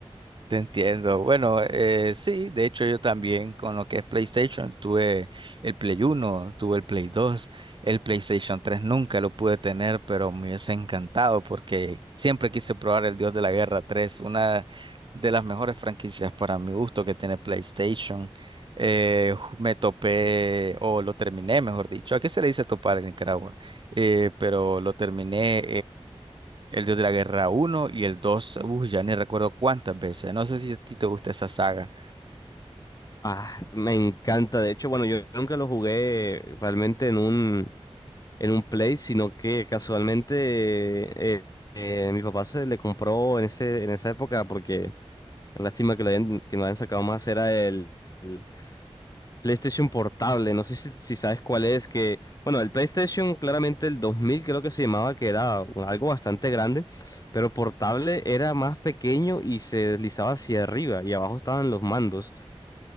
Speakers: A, on the right; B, on the left.
A: Te entiendo. Bueno, eh, sí, de hecho yo también con lo que es PlayStation tuve el Play Uno, tuve el Play 2, el PlayStation 3 nunca lo pude tener, pero me hubiese encantado porque siempre quise probar el Dios de la Guerra 3, una de las mejores franquicias para mi gusto que tiene PlayStation. Eh, ju- me topé, o lo terminé, mejor dicho. ¿A qué se le dice topar en Nicaragua? Eh, pero lo terminé el Dios de la Guerra uno y el dos uh, ya ni recuerdo cuántas veces. No sé si a ti te gusta esa saga.
B: Ah, me encanta. De hecho, bueno, yo nunca lo jugué realmente en un, en un Play, sino que casualmente eh, eh, mi papá se le compró en ese, en esa época, porque lástima que lo hayan, que no hayan sacado más, era el, el PlayStation Portable. No sé si, si sabes cuál es, que, bueno, el PlayStation claramente el 2000 creo que se llamaba, que era un- algo bastante grande, pero portable era más pequeño y se deslizaba hacia arriba y abajo estaban los mandos.